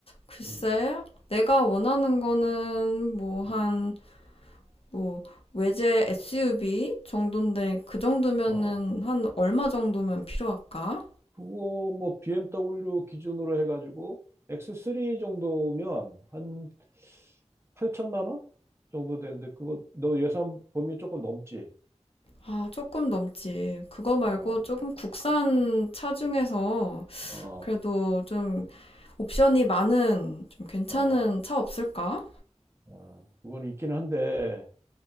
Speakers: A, on the left; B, on the right.
A: 글쎄
B: 음,
A: 내가 원하는 거는 뭐 한
B: 음.
A: 뭐 외제 SUV 정도인데 그 정도면은
B: 어,
A: 한 얼마 정도면 필요할까?
B: 그거 뭐 BMW 기준으로 해가지고 X3 정도면 한 8천만 원 정도 되는데 그거 너 예산 범위 조금 넘지?
A: 아, 조금 넘지. 그거 말고
B: 어,
A: 조금 국산 차 중에서
B: 어,
A: 그래도 좀 옵션이 많은 좀 괜찮은
B: 어,
A: 차 없을까?
B: 어. 그건 있긴 한데